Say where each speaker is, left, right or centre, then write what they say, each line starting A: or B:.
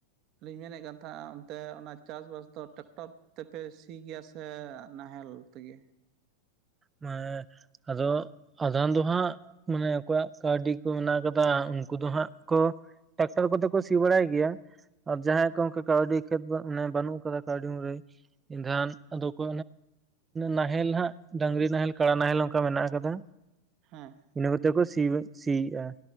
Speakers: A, on the right; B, on the right.
A: ᱞᱤᱧ ᱢᱮᱱᱮᱫ ᱠᱟᱱ ᱛᱟᱦᱮᱱᱟ ᱚᱱᱛᱮ ᱚᱱᱟ ᱪᱟᱥᱵᱟᱥ ᱫᱚ ᱴᱨᱟᱠᱴᱚᱨ ᱛᱮᱯᱮ ᱥᱤ ᱜᱮᱭᱟ ᱥᱮ ᱱᱟᱦᱮᱞ ᱛᱮᱜᱮ?
B: ᱦᱮ ᱟᱫᱚ ᱟᱫᱷᱟᱱ ᱫᱚᱦᱟᱸᱜ ᱢᱟᱱᱮ ᱟᱠᱚᱭᱟᱜ ᱠᱟᱹᱣᱰᱤ ᱠᱚ ᱢᱮᱱᱟᱜ ᱠᱟᱫᱟ ᱩᱱᱠᱩ ᱫᱚ ᱦᱟᱸᱜ ᱠᱚ ᱴᱨᱟᱠᱴᱟᱨ ᱠᱚᱛᱮ ᱠᱚ ᱥᱤ ᱵᱟᱲᱟᱭ ᱜᱮᱭᱟ ᱟᱨ ᱡᱟᱦᱟᱸᱭ ᱠᱚ ᱚᱱᱠᱟ ᱠᱟᱹᱣᱰᱤ ᱠᱷᱮᱛ ᱢᱟᱱᱮ ᱵᱟᱹᱱᱩᱜ ᱟᱠᱟᱫᱟ ᱠᱟᱹᱣᱰᱤ ᱢᱩᱨᱟᱹᱭ ᱮᱱᱠᱷᱟᱱ ᱟᱫᱚ ᱠᱚ ᱱᱟᱦᱮᱞ ᱦᱟᱸᱜ ᱰᱟᱝᱨᱤ ᱱᱟᱦᱮᱞ ᱠᱟᱲᱟ ᱱᱟᱦᱮᱞ ᱚᱱᱠᱟ ᱢᱮᱱᱟᱜ ᱟᱠᱟᱫᱟ
A: ᱦᱮᱸ
B: ᱤᱱᱟᱹ ᱠᱚᱛᱮ ᱠᱚ ᱥᱤ ᱥᱤᱭᱮᱫᱼᱟ